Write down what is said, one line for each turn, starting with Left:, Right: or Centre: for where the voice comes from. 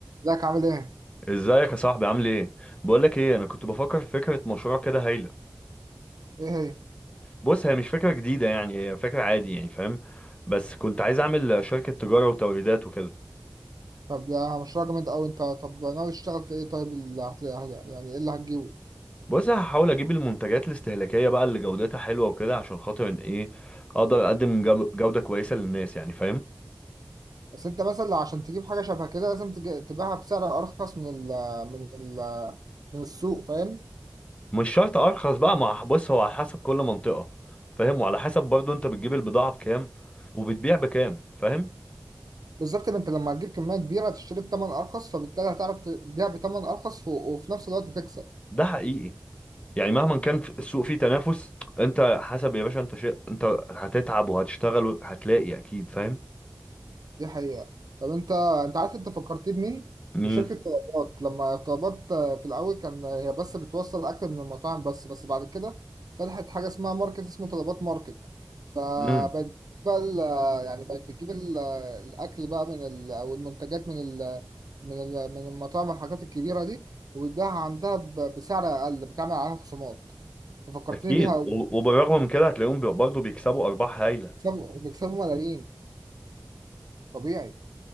Right: ازيك عامل ايه؟
Left: ازيك يا صاحبي عامل ايه بقول لك ايه انا كنت بفكر في فكره مشروع كده هايله
Right: ايه هي؟
Left: بص هي مش فكره جديده يعني هي فكره عادي يعني فاهم بس كنت عايز اعمل شركه تجاره وتوريدات وكده
Right: طب ده مشروع جامد اوي انت طب ناوي تشتغل في ايه طيب اللي هت... هت- يعني ايه اللي هتجيبه؟
Left: بص هحاول اجيب المنتجات الاستهلاكيه بقى اللي جودتها حلوه وكده عشان خاطر ان ايه اقدر اقدم جو- جوده كويسه للناس يعني فاهم
Right: بس انت مثلا عشان تجيب حاجة شبه كده لازم تج... تبيعها بسعر ارخص من ال... من ال... من السوق فاهم؟
Left: مش شرط ارخص بقى مع بص هو على حسب كل منطقه فاهم وعلى حسب برضو انت بتجيب البضاعه بكام وبتبيع بكام فاهم
Right: بالظبط ما انت لما هتجيب كمية كبيرة هتشتري بتمن ارخص فبالتالي هتعرف تبيع بتمن ارخص و... وفي نفس الوقت تكسب
Left: ده حقيقي يعني مهما كان في- السوق فيه تنافس انت حسب يا باشا انت شيء انت هتتعب وهتشتغل وهتلاقي اكيد فاهم
Right: دي حقيقة طب انت انت عارف انت فكرتني بمين؟
Left: مين
Right: بشركة طلبات لما طلبات آه، في الأول كان آه، هي بس بتوصل أكل من المطاعم بس بس بعد كده فتحت حاجة اسمها ماركت اسمه طلبات ماركت فبقت
Left: امم
Right: بقى ال- آه، يعني بقت بتجيب ال- آه، الأكل بقى من ال أو المنتجات من ال من ال من المطاعم والحاجات الكبيرة دي وبتبيعها عندها ب- بسعر أقل بتعمل عليها خصومات ففكرتني
Left: اكيد
Right: بيها أوي
Left: و- وبالرغم من كده هتلاقيهم بي- برضه بيكسبوا ارباح هايله
Right: بيكسبوا بيكسبوا ملايين طبيعي